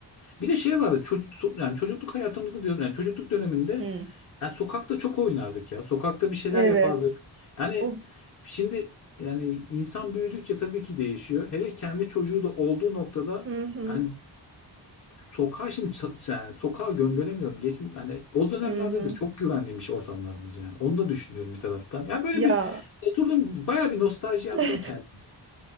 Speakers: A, on the left; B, on the right.
A: Bir de şey vardı çocuk so- yani çocukluk hayatımızda diyorum yani çocukluk döneminde
B: Hmm.
A: yani sokakta çok oynardık ya. Sokakta bir şeyler
B: Evet.
A: yapardık. Yani
B: O
A: şimdi yani insan büyüdükçe tabii ki değişiyor. Hele kendi çocuğu da olduğu noktada
B: hı hı
A: yani sokağa şimdi ça- yani sokağa gönderemiyorum. Geç, yani o dönemlerde
B: hı hı.
A: de çok güvenliymiş ortamlarımız yani. Onu da düşünüyorum bir taraftan. Ya böyle
B: Ya
A: bir oturdum bayağı bir nostalji yaptım
B: <laughs>
A: kendim.